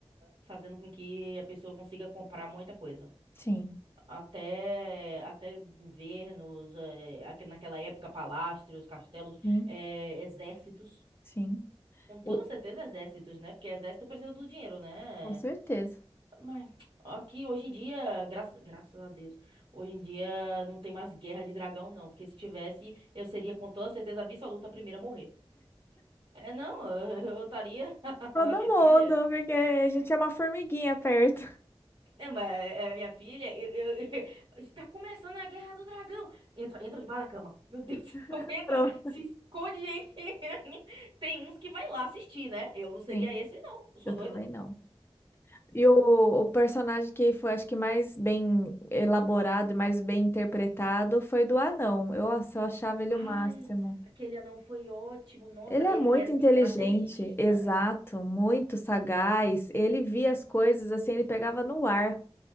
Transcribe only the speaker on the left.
Sim,
sim,
sim.
O-
Com certeza.
Todo
mundo,
porque a gente é uma formiguinha perto.
<laughs>
Pronto.
Sim,
eu
também não. E o, o personagem que foi, acho que mais bem elaborado e mais bem interpretado foi do anão. Eu, nossa, eu achava ele
o máximo.
Ele é
muito
inteligente,
exato, muito sagaz. Ele via as coisas assim, ele pegava no ar.